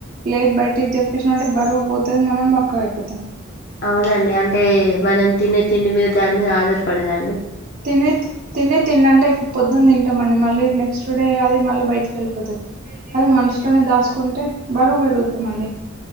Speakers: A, on the right (about 40°); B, on the left (about 45°).
A: లేద బయటకి జెప్ష అంటే బరువు పోతది మనం బక్కగా అయిపోతాం
B: అవునండి అంటే మనం తినే తిండి మీద దాని మీద ఆధారపడదా
A: తినే తిన్ తినే తిన్ అంటె ఇప్ పొద్దున్న తింటామండి మళ్ళీ నెక్స్ట్ డే అది మళ్ళీ బయటకి వెళ్ళిపోతది అది మనసులోనే దాసుకుంటే బరువు పెరుగుతాండి